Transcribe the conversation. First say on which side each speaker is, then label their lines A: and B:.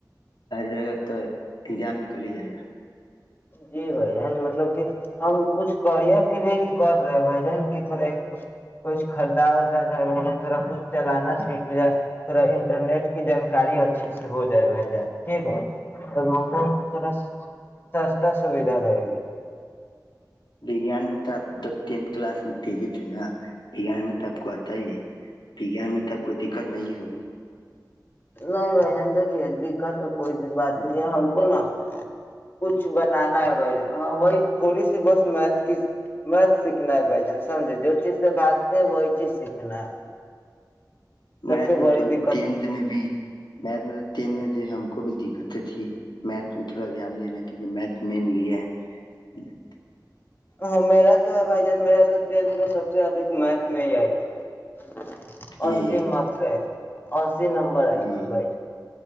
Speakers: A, on the left; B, on the left.
A: رہا تو ایگزام نکل ہی جائے گا
B: جی بائی جن مطلب کہ ہم کچھ کرئر کے لیے ہی کر رہے بھ ج کی تھوڑا کچھ خریدا وردا جائے بھ ج تھوڑا کچھ چلانا سیکھ جائے تھوڑا انٹرنیٹ کی جانکاری اچھے سے ہو جائے بھ جان ٹھیک ہے ہم کو تھوڑا سستا سویدھا رہے گی
A: وجان میں تو اب تو ٹینتھ کلاس میں تیز تھ ناان میں تو آ کو آتا ہی ہے گان میں تو آپ کو دقت نہیں ہوگ <unintelligible>
B: نہیں بھ جان دیکھیے دقت کوئی بات نہیں ہے ہم کو نا کچھ بنانا ہے بھ جان وہی تھوڑی سی بس میتھ کی میتھ سیکھنا ہے بھ جان سمجھے جو چیز سے بھگتے ہیں وہی چیز سیکھنا ہے سب
A: میتھ
B: سے
A: میں
B: بڑی
A: تو
B: دقت
A: ٹینت
B: ہے
A: میں بھی میت میں تو تین م ہم کو بھی دقتیں تھی مھ اس میں تھوڑا دھیان دینا کیونکہ میتھ مین لی ہے ٹ <inaudible>
B: ہاں میرا بھائی جان میرا تو ٹھ میں سب سے میتھ میں ہی آئی پچم
A: جی
B: اکثر اور نمبر
A: ہ
B: ہے ج بے